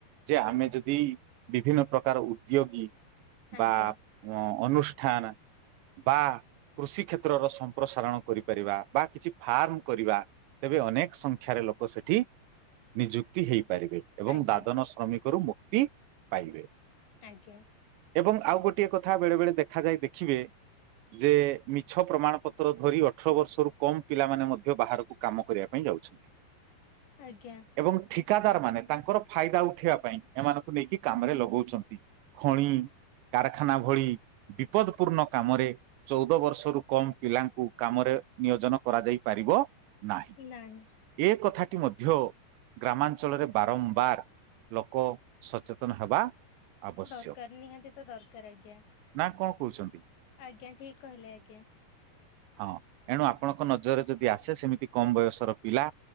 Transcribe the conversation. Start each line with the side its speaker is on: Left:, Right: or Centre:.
Right: ଯେ ଆମେ ଯଦି ବିଭିନ୍ନ ପ୍ରକାର ଉଦ୍ୟୋଗୀ
Left: ଆଜ୍ଞା
Right: ବା ଉ ଅନୁଷ୍ଠାନା ବା କୃଷି କ୍ଷେତ୍ରର ସମ୍ପ୍ରସାରଣ କରିପାରିବା ବା କିଛି ଫାର୍ମ କରିବା ତେବେ ଅନେକ ସଂ ଖ୍ୟା ରେ ଲୋକ ସେଠି ନିଯୁକ୍ତି ହେଇପାରିବେ ଏବଂ
Left: ଆଜ୍ଞା
Right: ଦାଦନ ଶ୍ରମିକରୁ ମୁକ୍ତି ପାଇବେ।
Left: ଆଜ୍ଞା।
Right: ଏବଂ ଆଉ ଗୋଟିଏ କଥା ବେଳେ ବେଳେ ଦେଖାଯାଇ ଦେଖିବେ ଯେ ମିଛ ପ୍ରମାଣ ପତ୍ର ଧରି ଅଠର ବର୍ଷରୁ କମ ପିଲାମାନେ ମଧ୍ୟ ବାହାରକୁ କାମ କରିବା ପାଇଁ ଯାଉଛନ୍ତି।
Left: ଆଜ୍ଞା।
Right: ଏବଂ ଠିକାଦାର ମାନେ ତାଙ୍କର ଫାଇଦା ଉଠେଇବା ପାଇଁ ଏମାନଙ୍କୁ ନେଇକି କାମରେ ଲଗଉଛନ୍ତି। ଖଣି କାରଖାନା ଭଳି ବିପଦ ପୂର୍ଣ୍ଣ କାମରେ ଚଉଦ ବର୍ଷରୁ କମ ପିଲାଙ୍କୁ କାମରେ ନିୟୋଜନ କରାଯାଇ ପାରିବ ନାହିଁ।
Left: ନାଇଁ।
Right: ଏ କଥାଟି ମଧ୍ୟ ଗ୍ରାମାଞ୍ଚଳରେ ବାରମ୍ବାର ଲୋକ ସଚେତନ ହେବା ଆବଶ୍ୟକ
Left: ଦରକାର ନିହାତି ତ ଦରକାର ଆଜ୍ଞା।
Right: ନା କଣ କହୁଛନ୍ତି?
Left: ଆଜ୍ଞା ଠିକ କହିଲେ ଆଜ୍ଞା।
Right: ହଁ ଏଣୁ ଆପଣଙ୍କ ନଜରରେ ଯଦି ଆସେ ସେମିତି କମ ବୟସର ପିଲା